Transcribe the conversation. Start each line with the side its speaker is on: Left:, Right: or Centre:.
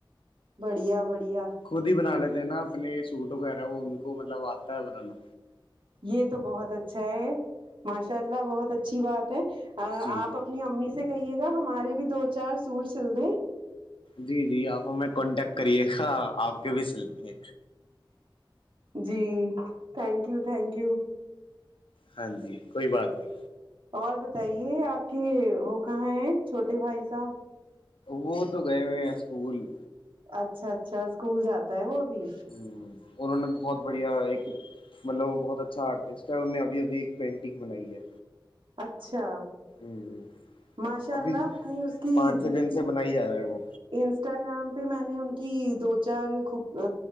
Right: بڑھیا بڑھیا
Left: خود ہی بنا لیتے ہیں نا اپنے سوٹ وغیرہ وہ ان کو مطلب آتا ہے بنانا
Right: یہ تو بہت اچھا ہے ماشاء اللہ بہت اچھی بات ہے
Left: جی
Right: آپ اپنی امی سے کہیے گا ہمارے بھی دو چار سوٹ سل دے
Left: جی جی آپ ہم کانٹیکٹ کریے گا آپ کے بھی سلے
Right: جی تھینک یو تھینک یو
Left: ہاں جی کوئی بات نہیں
Right: اور بتائیے آپ کے وہ کہاں ہے چھوٹے بھائی صاحب
Left: وہ تو گئے ہوئے ہیں اسکول
Right: اچھا اچھا اسکول جاتا ہے وہ بھی
Left: ہ انہوں نے بہت بڑھیا ایک مطلب وہ بہت اچھا آرٹسٹ ہے انوں ابھی ابھی ایک پینٹنگ بنائی ہے
Right: اچھا
Left: ہ
Right: ماشاء
Left: ابھی
Right: اللہ میں نے اس کی
Left: پانچ چھ
Right: دیکھی
Left: دن سے بنائی جا رہا ہے وہ
Right: انسٹاگرام پہ میں نے ان کی دو چار خوب